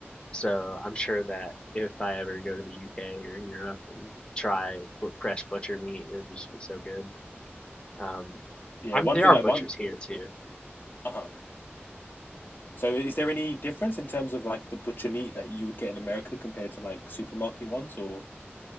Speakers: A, on the left; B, on the left.
A: So I'm sure that if I ever go to the UK or Europe and try bu- fresh butcher meat, it would just be so good. Um,
B: Yeah.
A: I'm
B: One
A: there
B: thing
A: are
B: I
A: butchers
B: want.
A: here too.
B: Uh huh. So, is there any difference in terms of like the butcher meat that you would get in America compared to like supermarket ones? Or